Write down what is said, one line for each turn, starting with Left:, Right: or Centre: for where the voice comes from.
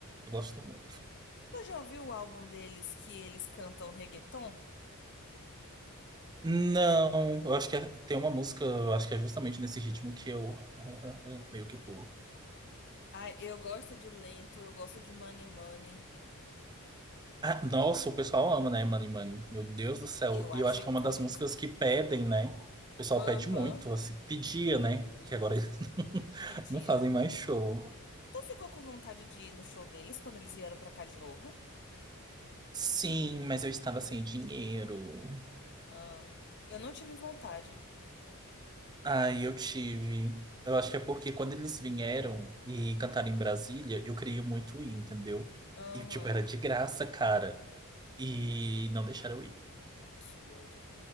Right: Eu gosto muito.
Left: Tu já ouviu o álbum deles que eles cantam reggaeton?
Right: Não, eu acho que é- tem uma música, eu acho que é justamente nesse ritmo que eu <laughs> meio que pulo.
Left: Ai, eu gosto de Lento, eu gosto de Money Money.
Right: Ah, nossa, o pessoal ama, né, Money Money? Meu Deus do céu.
Left: Eu acho
Right: E eu acho
Left: icônica
Right: que é uma das músicas
Left: essa música.
Right: que pedem, né? O pessoal
Left: Aham,
Right: pede muito, assim, pedia, né? Que agora eles <laughs>
Left: pedia.
Right: não não fazem mais show.
Left: Tu ficou com vontade de ir no show deles quando eles vieram pra cá de novo?
Right: Sim, mas eu estava sem dinheiro.
Left: Ah, eu não tive vontade.
Right: Aí eu tive. Eu acho que é porque quando eles vieram e cantaram em Brasília, eu queria muito ir, entendeu?
Left: Aham.
Right: E, tipo, era de graça, cara. E não deixaram
Left: Cara,
Right: eu ir.
Left: que ódio.